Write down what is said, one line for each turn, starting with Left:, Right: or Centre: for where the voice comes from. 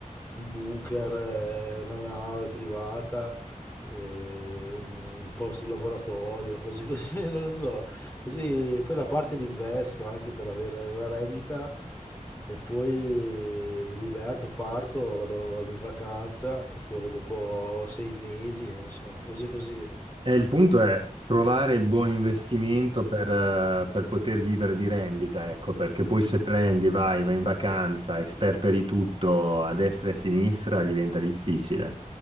Left: un bunker, eh, una nave privata, eh, un un posto laboratorio, cose così, <laughs> non lo so. Così poi la parte l'investo anche per avere una rendita e poi eh, mi diverto, parto, vado, vado in vacanza e torno dopo sei mesi, non so, così così.
Right: E il punto è trovare il buon investimento per, eh, per poter vivere di rendita, ecco, perché poi se prendi, vai, vai in vacanza e sperperi tutto a destra e a sinistra, diventa difficile.